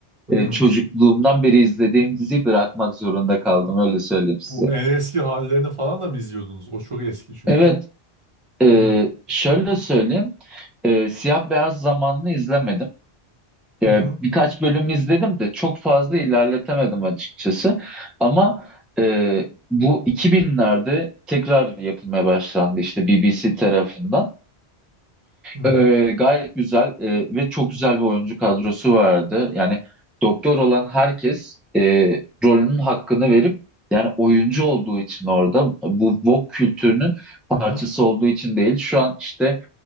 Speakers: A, on the right; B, in the centre.
A: hı.
B: E, çocukluğumdan beri izlediğim diziyi bırakmak zorunda kaldım öyle söyleyeyim size.
A: Bu en eski hallerini falan da mı izliyordunuz? O çok eski çünkü.
B: Evet, e,
A: Hı
B: şöyle söyleyeyim. E, siyah beyaz zamanlı izlemedim. E,
A: hı.
B: birkaç bölüm izledim de çok fazla ilerletemedim açıkçası. Ama e, bu 2000'lerde tekrar yapılmaya başlandı işte BBC tarafından.
A: Hı hı.
B: E, gayet güzel e, ve çok güzel bir oyuncu kadrosu vardı. Yani doktor olan herkes e, rolünün hakkını verip yani oyuncu olduğu için orada bu woke kültürünün
A: Hı hı.
B: parçası olduğu için değil. Şu an işte